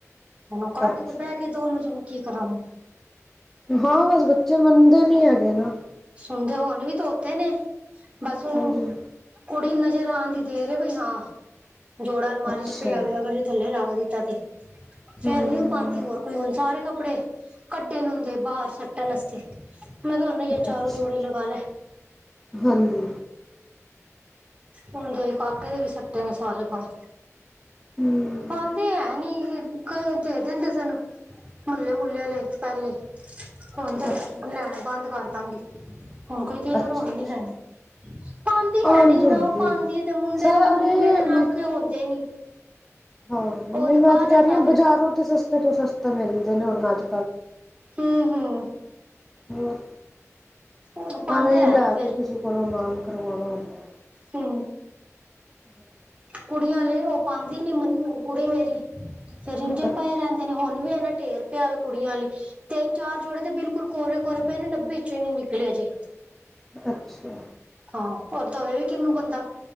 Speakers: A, on the right; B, in the centre.
A: ਹਣ ਕੱਢ
B: ਅੱਛਾ
A: ਕੇ ਬਹਿ ਕੇ ਦੋਨੋ ਜਨ ਕੀ ਕਰਾਗੇ <unintelligible>
B: ਹਾਂ ਬਸ ਬੱਚੇ ਮੰਨਦੇ ਨੀ ਹੈਗੇ ਨਾ
A: ਸੁਣਦੇ ਹੋਣ ਵੀ ਤ ਉੱਥੇ ਨੇ ਬਸ ਉਹਨੂੰ
B: ਹਾਂਜੀ
A: <unintelligible> ਕੁੜੀ ਨਜ਼ਰ ਆਉਣ ਦੀ ਦੇ ਰਹੇ ਬਾਈ ਹਾਂ। ਜੋੜਾ ਅਲਮਾਰੀ
B: ਅੱਛਾ
A: 'ਚ ਪਿਆ ਗਿਆ ਅਗਰ ਥੱਲੇ ਰੱਖ ਦਿੱਤਾ ਤੇ ਫੇਰ
B: ਹੂੰ
A: ਨਹੀ ਉਹ ਪਾਉਂਦੀ ਹੋਰ ਕੋਈ ਹੁਣ ਸਾਰੇ ਕੱਪੜੇ ਕੱਢੇ ਹੁੰਦੇ ਬਾਹਰ ਸੱਟਣ ਵਾਸਤੇ ਮੈਂ ਕਿਹਾਨਾ ਹੀ ਆ ਚਾਰੋਂ
B: ਅੱਛਾ
A: ਜੋੜੇ ਲਗਾ ਲੈ <unintelligible>
B: ਹਾਂਜੀ
A: ਹੁਣ ਦੇ ਵੀ ਕਾਕੇ ਦੇ ਵੀ ਸਟੇ ਨੇ ਸਾਰੇ ਬਰ
B: ਹੂੰ
A: ਹਣ <unintelligible> ਹੈ ਨੀ ਦੇ ਦਿੰਦੇ ਸਾਨੂੰ ਮੁੱਲੇ ਮੁੱਲੇ ਵਾਲੇ ਪਹਿਲੇ ਹੁਣ
B: ਅੱਛਾ ਅੱਛਾ
A: ਲੈਣਾ ਬੰਦ ਕਰ ਦਾਂਗੀ ਹੁਣ ਕੋਈ ਕੀ
B: ਅੱਛਾ
A: ਕਰ ਉਹਨ
B: ਅੱਛਾ
A: ਨੀ ਲੈਣੀ ਪਾਉਂਦੀ
B: ਹਾਂਜੀ
A: ਹੈ ਨੀ ਨਾ
B: ਹਾਂਜੀ
A: ਉਹ ਪਾਉਂਦੀ ਹੈ ਤੇ ਮੁੰਡੇ
B: ਸਰ
A: ਨੂੰ
B: ਅਰੇ
A: ਮੁੰਡੇ ਦੇ ਨਾਪਦੇ
B: ਮੈਂ
A: ਹੁੰਦੇ ਨੀ
B: ਹਾਂ ਨਹੀਂ
A: ਉਹ
B: ਮੈਂ
A: ਪਾ
B: ਤੇ
A: ਲੈਂਦਾ
B: ਕਹਿ ਰਹੀ ਹਾਂ
A: ਵੇ
B: ਬਜ਼ਾਰੋਂ ਤੇ ਸਸਤੇ ਤੋਂ ਸਸਤੇ ਮਿਲ ਉਹਨਾ ਜ
A: ਹੂੰ- ਹੂੰ
B: ਹੋਰ
A: <inaudible>
B: ਐਵੇਂ ਹੀ
A: ਹੈ
B: ਲੈ
A: ਨੀ ਫੇਰ
B: ਕੇ ਕਿਸੇ ਕੋਲੋਂ ਨਾਮ ਕਰਵਾਉਣਾ ਹੁੰਦਾ।
A: ਹੂੰ
B: ਹੂੰ <inaudible>
A: ਕੁੜੀਆਂ ਉਹ ਪਾਉਂਦੇ ਨੀਨ ਕੁੜੀ ਮੇਰੀ ਫੇਰ ਇਝੇ
B: ਅੱਛਾ
A: ਪਾਏ ਰਹਿੰਦੇ ਨੇ ਹੁਣ ਵੀ ਇਹਨਾ ਢੇਰ ਪਿਆਵੇ ਕੁੜੀਆਂ ਲਈ ਤਿੰਨ ਚਾਰ ਜੋੜੇ ਤੇ ਬਿਲਕੁਲ ਕੋਹਰੇ ਕੋਰੇ ਪਏ ਨੇ ਡੱਬੇ 'ਚੋਂ ਹੀ ਨੀ ਨਿਕਲੇ ਅਜੇ
B: ਅੱਛਾ
A: ਹਾਂ ਹੋਰ ਦਵੇ ਵੀ ਕਿਹਨੂੰ ਬੰਦਾ